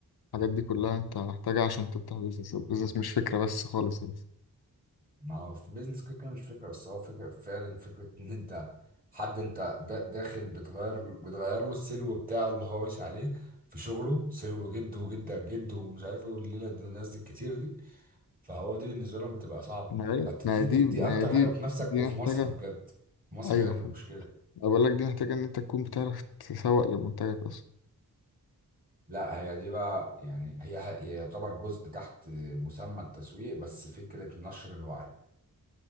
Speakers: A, on the left; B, on the right.
A: الحاجات دي كلها انت محتاجها عشان تفتح بيزنس البيزنس مش فكرة بس خالص يعني
B: ما هو في بيزنس كده كده مش فكرة بس هو فكرة فعلا فكرة ان انت حد انت دا- داخل بتغير بتغير له السلو بتاعه اللي هو ماشي عليه في شغله سلو جده وجدك جده ومش عارف ايه والليلة دي الناس دي الكتير دي فهو دي بالنسبة لهم بتبقى صعبة
A: ما هي
B: فانت
A: ما
B: دي,
A: هي دي
B: دي دي
A: ما
B: اكتر
A: هي دي
B: حاجة بتنافسك
A: دي
B: وفي
A: محتاجة
B: مصر بجد في مصر
A: ايوه
B: هي اللي مشكلة
A: أنا بقول لك دي محتاجة ان انت تكون بتعرف تسوق لمنتجك اصلا
B: لا هي دي بقى يعني هي هي يعتبر جزء تحت مسمى التسويق بس فكرة نشر الوعي